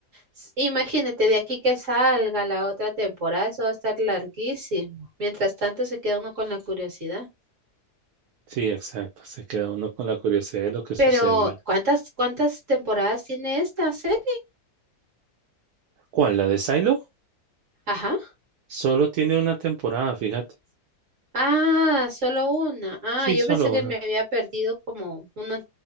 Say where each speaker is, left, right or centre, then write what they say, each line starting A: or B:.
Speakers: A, on the right; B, on the right.
A: S- Imagínate, de aquí que salga la otra temporada, eso va a estar larguísimo. Mientras tanto, se queda uno con la curiosidad.
B: Sí, exacto. Se queda uno con la curiosidad de lo que
A: Pero,
B: sucedió.
A: ¿cuántas, cuántas temporadas tiene esta serie?
B: ¿Cuál? ¿La de Silo?
A: Ajá.
B: Solo tiene una temporada, fíjate.
A: Ah, solo una. Ah,
B: Sí,
A: yo
B: solo
A: pensé que
B: una.
A: me había perdido como una.